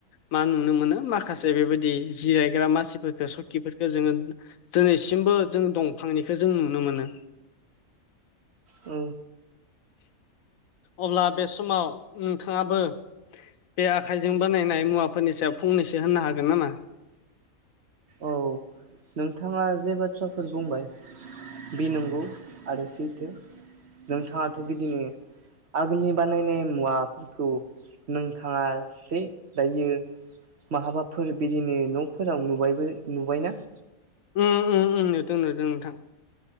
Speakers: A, on the left; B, on the right.
A: मा नुनो मोनो माखासे माखासे बेबायदि जिरायग्रा मानसिफोरफोरखौो सकिफोरफोरखौ जोङो दिनैसिमबो जों दंफांनिखो जों नुनो मोनो।
B: औ
A: अब्ला बे समाव नोंथाङाबो बे आखाइजों बानायनाय मुवाफोरनि सायाव फंनैसो होननो हागोन नामा?
B: औ नोंथाङा जे बाथ्राफोर बुंबाय बि नंगौ आरो सैथो नोंथाङाथ' बिदिनो आगोलनि बानायनाय मुवाफोरखौ नोंथाङा दे दायो। महाबाफोर बिदिनो न'फोराव नुबायबो नुबायनाा
A: उम उम उम नुदों नुदों नोंथां।